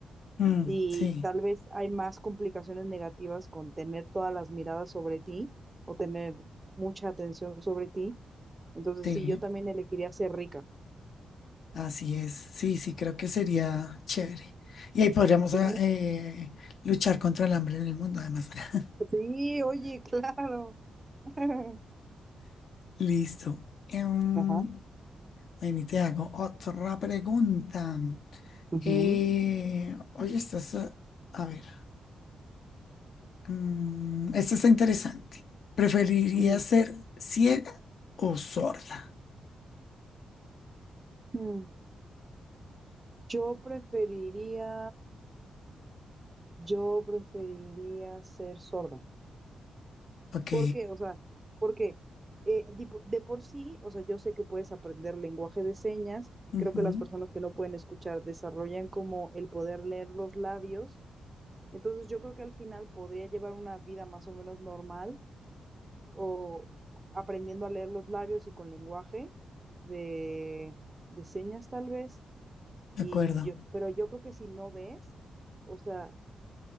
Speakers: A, on the left; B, on the right.
A: Mm,
B: Y
A: sí,
B: tal vez hay más complicaciones negativas con tener todas las miradas sobre ti o tener mucha atención sobre ti. Entonces,
A: sí,
B: sí, yo también elegiría ser rica.
A: así es, sí, sí, creo que sería chévere. Y ahí podríamos
B: Sí,
A: ah, eh, luchar contra el hambre en el mundo, además. <laughs>
B: Sí, oye, claro. <laughs>
A: Listo. Em,
B: Ajá.
A: ven y te hago otra pregunta.
B: Ujú.
A: Eh, oye, estás a, a ver. mm, esta está interesante. ¿Preferiría
B: Ujú.
A: ser ciega o sorda?
B: Mm, Yo preferiría, yo preferiría ser sorda.
A: Ok.
B: ¿Por qué? O sea, porque eh, di- de, por sí, o sea, yo sé que puedes aprender lenguaje de señas.
A: ujú,
B: Creo que las personas que no pueden escuchar desarrollan como el poder leer los labios. Entonces yo creo que al final podría llevar una vida más o menos normal o aprendiendo a leer los labios y con lenguaje de, de señas tal vez. Y
A: de acuerdo.
B: yo, pero yo creo que si no ves, o sea,